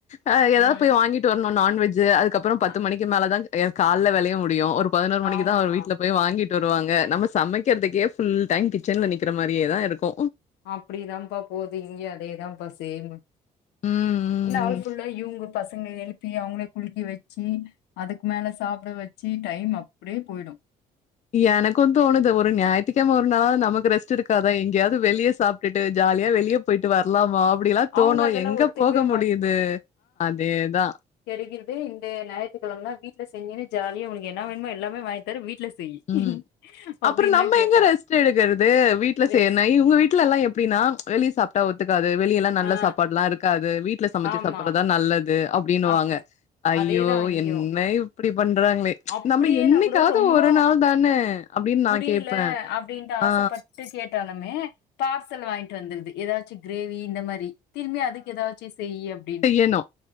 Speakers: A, on the left; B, on the left.
A: ஹ் ஏதாவது
B: ம்
A: போய் வாங்கிட்டு வரணு நான்வெஜ்ஜு அதுக்கப்றோ பத்து
B: அ-
A: மணிக்கு மேலேதா கால்ல வேலையே முடியு ஒரு பதினோரு மணிக்குதா
B: ஆமா
A: அவரு வீட்ல போய் வாங்கிட்டு வருவாங்க நம்ம சமைக்றதுக்கே புல் டைம் கிச்சன்ல நிக்கிற மாரியேதா இருக்கு
B: அப்டிதாப்பா போது இங்யு அதேதாப்பா செய்னு
A: ம்,
B: நாள்
A: ம்.
B: ஃபுல்லா இவுங்க பசங்கள எழுப் ப்பி அவுங்ள குளிக்கி வச்சு அதுக்கு மேல சாப்ட வச்சு டைம் அப்டியே பொய்டு
A: எனக்கு தோணுது ஒரு ஞாயித்துகெழம ஒரு நாலாளாவது நமக்கு ரெஸ்ட் இருக்காதா எங்யாவது வெளிய சாப் டுட்டு ஜாலியா வெளியே பொய்ட்டு வர்லாமா அப்டியெலா தோணு
B: அவங்க அதெல்லா
A: எங்க
B: ஒத்துக்கவே
A: போக முடிது அதேதா
B: கெடைக்றது இந்தஞாயித்துக்கெழம வீட்ல செஞ்சினு ஜாலியா உங்ளுக்கு என்ன வேணுமோ எல்லாமே வாங்கி தர வீட்ல செய்யி
A: ம்
B: அப்டின்னு
A: அப்றோ நம்ம
B: தா கேப்பா
A: எங்க ரெஸ்ட் எடுக்கற்து வீட்ல
B: ரெஸ்
A: செய்றனா இங்க வீட்டுலல்லா எப்டின்னா வெளிய சாப்ட்டா ஒத்துக்காது வெளிய எல்லா நல்ல
B: ஆ
A: சாப்பாடுல்லா இருக்காது வீட்ல சமைச்சு
B: ஆமா
A: சாப்புட்றதுதா நல்லது அப்டின்னுவாங்க
B: அப்டி
A: ஐய்யோ
B: அதேதா இங்கயு
A: என்ன இப்டி பண்றாங்ளே
B: அப்டியே
A: நம்ம என்னைக்காது
B: நா கூட ரொம்ப
A: ஒரு நாள் தானே அப்டின்னு நா
B: முடியல
A: கேப்பே
B: அப்டின்ட்டு ஆசப்பட்டு
A: அ
B: கேட்டாலுமே பார்சல் வாய்ட்டு வந்துர்து ஏதாச்சு க்ரேவி இந்த மாரி திரும்பி அதுக்கு ஏதாச்சு செய்யி அப்
A: செய்யணு